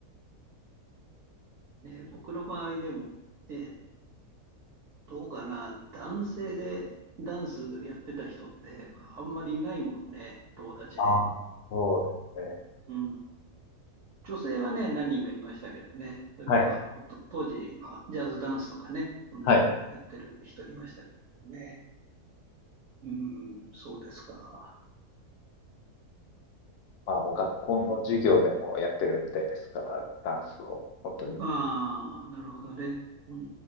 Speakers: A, on the right (about 65°); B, on the left (about 75°).
A: ね、僕の周りでも、ね、どうかな、男性でダンスやってた人ってあんまりいないもんね、友達で。
B: ああ、そうですね。
A: うん。女性はね、何人かいましたけどね、それこそあの、
B: はい。
A: と当時はジャズダンスとかね、そんなのやってる人いましたけれどもね。
B: はい。
A: うん、そうですか。
B: まあもう学校の授業でもやってるみたいですから、ダンスを、本当に
A: ああ、なるほどね。うん、う